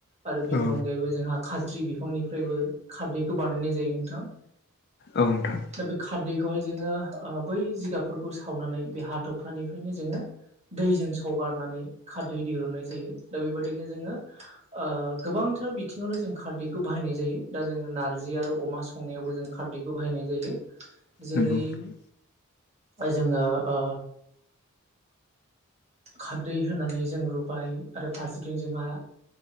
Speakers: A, on the right (about 30°); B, on the left (about 50°).
A: आरो बिनि
B: औ
A: अनगायैबो जोंहा खाथ्रि बिफांनिफ्रायबो खारदैखौ बानायनाय जायो नोंथां
B: नोंथां
A: दा बे खा खारदैखौहाय जोङो ओ बै जिगाबफोरखौ सावनानै बे हाथफ्लानिफ्रायनो जोङो दैजों सगारनानै खारदै दिरुननाय जायो दा बेबायदिनो जोङो ओ गोबां थार बिथिङावनो जों खारदैखौ बाहायनाय जायो दा जोङो नारजि आरो अमा संनायावबो जों खारदैखौ बाहायनाय जायो जेरै
B: नंगौ औ
A: जोङो ओ खारदै होनानै जों रुबाय आरो फारसेथिं जोंहा